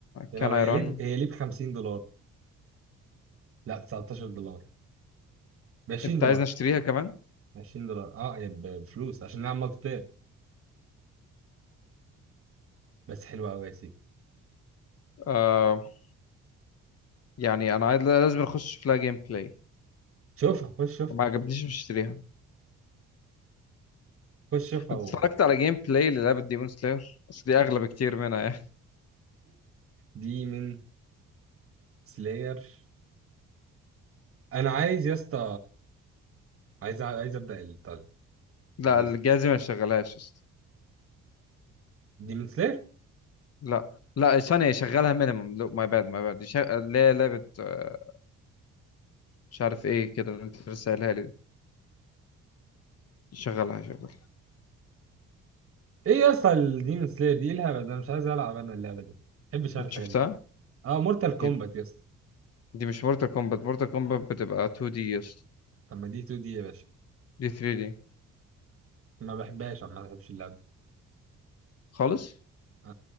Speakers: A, on the right; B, on the left.
A: يا
B: كان
A: لو
B: ايران
A: هي ليه هي ليه ب 50 دولار لا ب 19 دولار ب 20
B: انت
A: دولار
B: عايزني اشتريها كمان
A: 20 دولار اه هي ب- بفلوس عشان نلعب مالتي بلاير. بس حلوة أوي يا سيف
B: امم يعني انا عايز لازم اخش في لها جيم بلاي
A: شوفها خش شوف
B: ما عجبنيش مش هشتريها
A: خش شوفها
B: أنت
A: و...
B: اتفرجت على جيم بلاي للعبة ديمون سلاير بس دي اغلى بكتير منها يعني <laughs>
A: دي من سلاير انا عايز يا اسطى عايز عايز ابدا ال-
B: لا
A: البيزنس
B: الجهاز ما يشغلهاش يا اسطى.
A: دي من سلاير
B: لا لا ثانية يشغلها مينيمم لو ماي باد ماي باد يشغل اللي هي لعبة آه، مش عارف ايه كده اللي انت لسه قايلها لي دي. يشغلها يشغلها
A: ايه يا اسطى دي من سلاير دي إيه الهبل ده مش عايز العب انا اللعبه دي ما بحبش انا
B: انت
A: الحاجات
B: شفتها؟
A: دي اه مورتال كومبات
B: إيه؟
A: يا اسطى
B: دي مش مورتال كومبات مورتال كومبات بتبقى 2 دي يس
A: طب ما دي 2 دي يا باشا
B: دي 3 دي
A: ما بحبهاش عم ما بحبش اللعبه دي
B: خالص
A: آه